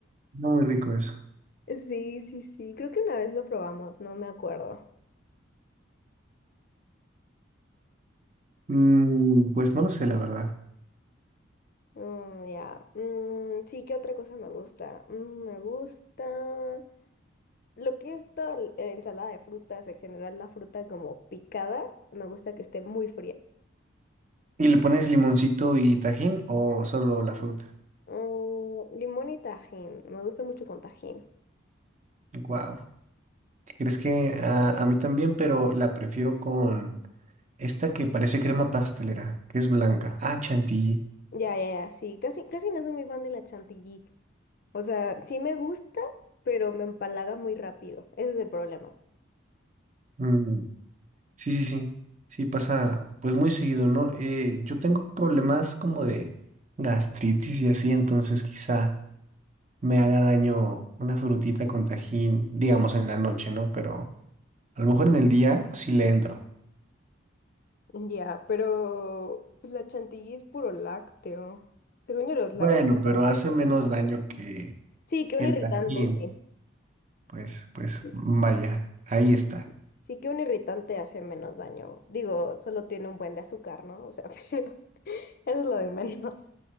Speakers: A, on the right (about 35°); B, on the left (about 45°).
A: No muy rico eso.
B: Sí, sí, sí. Creo que una vez lo probamos, no me acuerdo.
A: Mm, pues no lo sé, la verdad.
B: Mm, ya. Mm, sí, ¿qué otra cosa me gusta? Mm, me gusta lo que es toda la ensalada de frutas, en general la fruta como picada, me gusta que esté muy fría.
A: ¿Y le pones limoncito y tajín o solo la fruta?
B: Mm, limón y tajín, me gusta mucho con tajín.
A: Wow. ¿Crees que a, a mí también, pero la prefiero con esta que parece crema pastelera, que es blanca? Ah, chantilly.
B: Ya, ya, ya, sí. Casi, casi no soy muy fan de la chantilly. O sea, sí me gusta, pero me empalaga muy rápido. Ese es el problema.
A: Mm, Sí, sí, sí. Sí, pasa pues muy seguido, ¿no? Eh, yo tengo problemas como de gastritis y así, entonces quizá me haga daño una frutita con tajín, digamos en la noche, ¿no? Pero a lo mejor en el día sí le entro.
B: Ya, pero pues, la chantilly es puro lácteo. Según yo, los
A: Bueno,
B: lácteos
A: pero
B: tampoco
A: hace menos
B: son buenos.
A: daño que
B: Sí, que
A: el
B: un irritante,
A: Tajín.
B: sí.
A: Pues, pues,
B: Sí,
A: vaya, ahí
B: sí,
A: está.
B: sí que un irritante hace menos daño. Digo, solo tiene un buen de azúcar, ¿no? O sea, <laughs> pero eso es lo de menos.